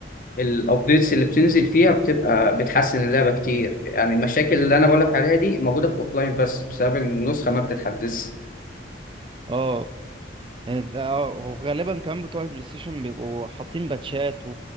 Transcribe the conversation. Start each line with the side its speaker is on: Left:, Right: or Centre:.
Left: الابديتس اللي بتنزل فيها بتبقى بتحسن اللعبه كتير يعني المشاكل اللي انا بقولك عليها دي موجوده في الاوفلاين بس بسبب ان النسخه ما بتتحدثش
Right: اه يعني انت- اه، هو غالبا كمان بتوع البلاي ستيشن بيبقوا حاطين باتشات و...